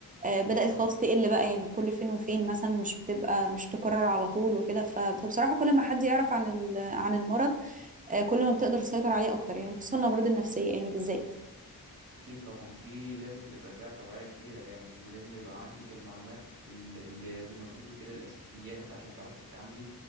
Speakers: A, on the right; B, on the right.
A: آه، بدأت
B: امم
A: خلاص تقل بقى يعني كل فين وفين مثلا مش بتبقى مش تكرر على طول وكده ف- فبصراحة كل ما حد يعرف عن ال- عن المرض آه، كل ما بتقدر تسيطر عليه أكتر يعني خصوصا الأمراض النفسية يعني بالذات
B: اكيد طبعا دي لازم تبقى فيها توعية كبيرة يعني ولازم يبقى عندك المعلومات ال- اللي زي ما بيقولوا كده الاساسيات عشان تعرفي تتعاملي